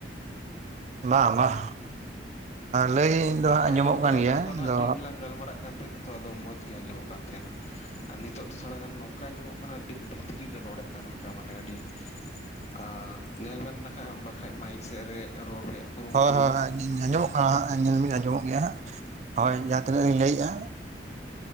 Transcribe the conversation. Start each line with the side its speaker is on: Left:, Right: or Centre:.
Right: ᱵᱟᱝ ᱵᱟᱝ ᱞᱟᱹᱭ ᱫᱚ ᱦᱟᱸᱜ ᱟᱸᱡᱚᱢᱚᱜ
Left: ᱮᱦᱚᱵ
Right: ᱠᱟᱱ
Left: ᱫᱚ ᱮᱱᱟᱱ
Right: ᱜᱮᱭᱟ
Left: ᱫᱚ ᱱᱟᱦᱟᱜ
Right: ᱟᱫᱚ
Left: ᱴᱷᱤᱠ ᱜᱮᱞᱟᱝ ᱜᱟᱞᱢᱟᱨᱟᱜ ᱠᱟᱱ ᱛᱟᱦᱮᱱᱟ ᱛᱚ ᱟᱫᱚ ᱢᱚᱸᱡᱽ ᱜᱮ ᱟᱸᱡᱚᱢᱚᱜ ᱠᱟᱱ ᱛᱟᱦᱮᱱᱟ ᱟᱨ ᱱᱤᱛᱚᱜ ᱫᱚ ᱛᱷᱚᱲᱟ ᱜᱟᱱ ᱱᱚᱝᱠᱟ ᱟᱸᱡᱚᱢᱚᱜ ᱠᱟᱱᱟ ᱟᱹᱰᱤ ᱵᱷᱤᱛᱨᱤ ᱨᱮ ᱨᱚᱲᱮᱫ ᱠᱟᱱ ᱠᱟᱱ ᱞᱮᱠᱟ ᱢᱟᱱᱮ ᱟᱹᱰᱤ ᱟᱨ ᱧᱮᱞ ᱵᱮᱱ ᱞᱮᱠᱷᱟᱱᱡ ᱵᱟᱠᱷᱟᱡ ᱢᱟᱭᱤᱠ ᱥᱮᱮᱫ ᱨᱮ ᱨᱚᱲ ᱨᱮᱭᱟᱜ ᱠᱩᱨᱩᱢᱩᱴᱩᱭ
Right: ᱦᱳᱭ ᱦᱳᱭ
Left: ᱵᱮᱱ
Right: ᱟᱸᱡᱚᱢᱚᱜ ᱠᱟᱱᱟ ᱦᱟᱸᱜ ᱧᱮᱞ ᱟᱸᱡᱚᱢᱚᱜ ᱜᱮᱭᱟ ᱦᱟᱸᱜ ᱦᱳᱭ ᱡᱟᱦᱟᱸ ᱛᱤᱱᱟᱹᱜ ᱞᱤᱧ ᱞᱟᱹᱭᱮᱜᱼᱟ